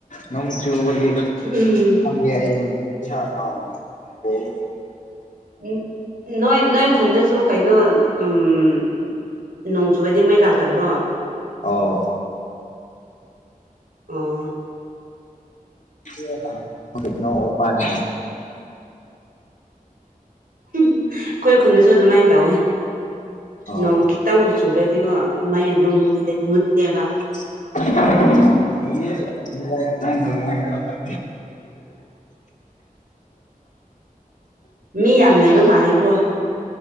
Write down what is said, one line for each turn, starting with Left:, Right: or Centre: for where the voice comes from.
Left: ꯅꯣꯡ ꯆꯨꯕꯒꯤ
Right: ꯎꯝ
Left: <unintelligible>
Right: ꯎꯝ ꯅꯣꯏ ꯅꯣꯏ ꯈꯨꯟꯗꯁꯨ ꯀꯩꯅꯣ ꯎꯝ ꯅꯣꯡ ꯆꯨꯔꯗꯤ ꯃꯩ ꯂꯥꯛꯇꯕ꯭ꯔꯣ
Left: ꯑꯣ
Right: ꯎꯝ
Left: ꯑꯩꯈꯣꯏ ꯏꯅꯥꯎ ꯎꯄꯥꯅꯤ
Right: ꯎꯝ ꯑꯩꯈꯣꯏ ꯈꯨꯟꯗꯁꯨ ꯑꯗꯨꯃꯥꯏꯅ ꯇꯧꯋꯤ
Left: ꯑꯣ
Right: ꯅꯣꯡ ꯈꯤꯇꯪꯕꯨ ꯆꯨꯔꯗꯤꯀꯣ ꯃꯩ ꯑꯗꯨꯝ ꯃꯨꯠꯂꯦ ꯃꯨꯠꯂꯦꯕ
Left: <unintelligible>
Right: ꯃꯤ ꯌꯥꯝ ꯂꯩꯕ ꯃꯥꯜꯂꯦꯀꯣ